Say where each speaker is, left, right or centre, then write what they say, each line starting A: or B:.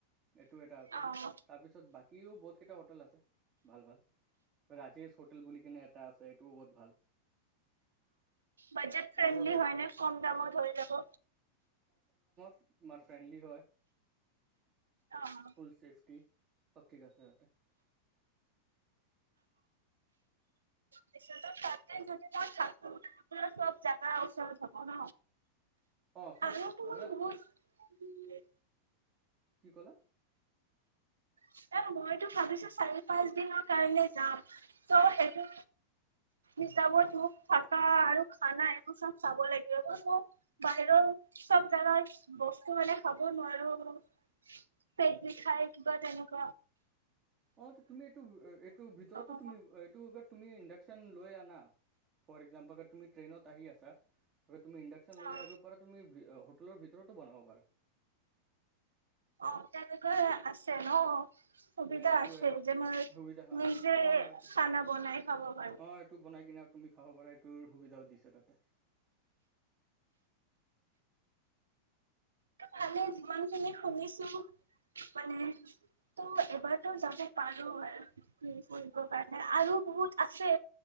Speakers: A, on the right (about 30°); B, on the right (about 70°).
A: এইটো এটা আছে
B: আহ
A: তাৰপিছত বাকীও বহুত কেইটা হোটেল আছে ভাল ভাল ৰাজেশ হোটেল বুলি কিনে এটা আছে এইটোও বহুত ভাল
B: বজেট ফ্ৰেণ্ডলি
A: আৰু আগাৰ
B: হয় নে কম দাম ধৈ যাব
A: আমাৰ ফ্ৰেণ্ডলি হয়
B: আহ
A: ফুল চেফটি সব ঠিক আছে যতে
B: পিছত যদি ত চাত চব জাগা ওচল থব ন
A: অ চব
B: আৰু তোমাৰ
A: মানে
B: বহুত
A: কি কলা
B: এ মইতো ভাবিছো চাৰি পাঁচ দিনৰ কাৰণে যাম ত' সেইটো হিচাব তোক থকা আৰু খানা একবো চব চাব লাগিব ম বাহিৰৰ চব জাগা বস্তু মানে খাব নোৱাৰো পেট বিষাই কিবা তেনেকুৱা ক
A: অ তুমি এইটো এইটো ভিতৰতো
B: অ
A: তুমি এইটো তুমি ইণ্ডাকশচন লৈ আনা ফ'ৰ এ এক্সাম্পল আগ তুমি ্ৰেইনত আহি আছ তুমি ইণ্ডাকশ্যন লৈ
B: অ
A: আহিব পা তুমি ভিতৰতো বনাব পাৰা।
B: অ', তেনেকৈ আছে ন? সুবিধা
A: এ এইটো
B: আছে
A: এলাও
B: যে, মই
A: সুবিধা অ
B: মই যে,
A: অ এইটো
B: খানা বনাই খাব পাৰো।
A: অ এইটো বনাই কিনে তুমি খাব পাৰাটোৰ সুবিধাও দিছা তাতে।
B: কালি যিমান খিনি শুনিছো মানে তোৰ এবাৰতো যাব পাৰো আৰু ফুৰিব কাৰণে আৰু বহুত আছে